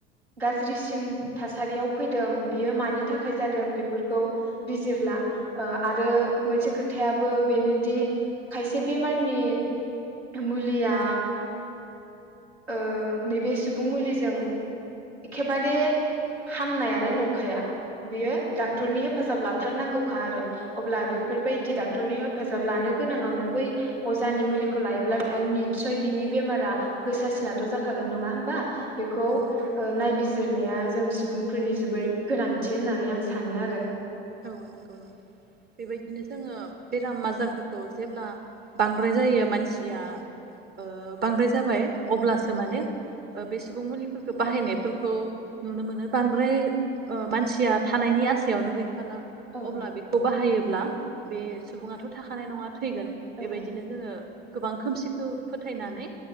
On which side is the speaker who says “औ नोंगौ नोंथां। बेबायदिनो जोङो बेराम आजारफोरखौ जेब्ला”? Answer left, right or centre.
Right